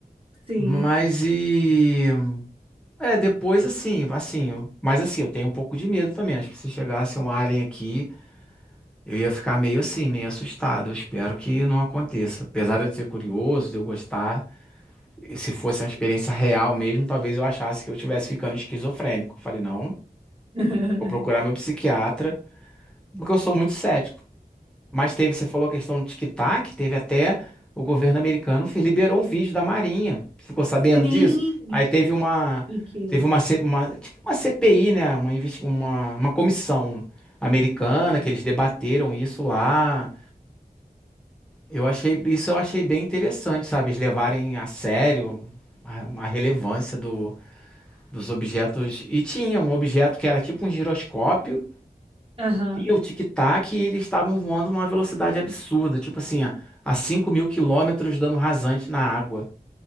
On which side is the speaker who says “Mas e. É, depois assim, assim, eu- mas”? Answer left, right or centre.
Centre